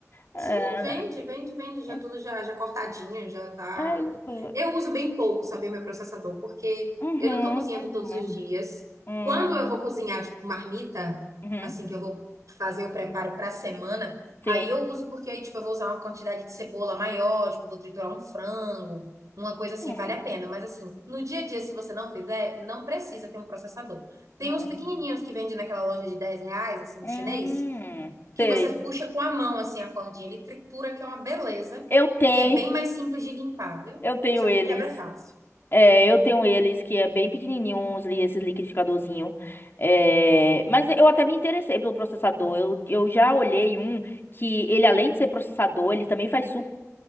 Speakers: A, on the left; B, on the right.
A: É,
B: Sim, vende, vende, vende, já
A: é
B: tudo já, já cortadinho, já tá.
A: é isso.
B: Eu uso bem pouco, sabe, meu processador, porque
A: Uhum,
B: eu não tô cozinhando
A: uhum,
B: todos os dias.
A: hum,
B: Quando eu vou cozinhar, tipo, marmita,
A: uhum,
B: assim, que eu vou fazer o preparo pra semana, aí
A: sim.
B: eu uso porque aí, tipo, eu vou usar uma quantidade de cebola maior, tipo, eu vou triturar um frango, uma coisa assim,
A: hum.
B: vale a pena. Mas, assim, no dia a dia, se você não fizer, não precisa ter um processador. Tem
A: Uhum.
B: uns pequenininhos que vendem naquela loja de 10 reais, assim,
A: Hum,
B: chinês, que
A: sei.
B: você puxa com a mão assim a cordinha, ele tritura que é uma beleza
A: Eu tenho,
B: e é bem mais simples de limpar, viu?
A: eu tenho
B: Só
A: eles.
B: que quebra fácil.
A: É, eu tenho eles que é bem pequenininho, uns, li- esses liquidificadorzinho. É, mas eu até me interessei pelo processador. Eu, eu já olhei um que ele, além de ser processador, ele também faz suco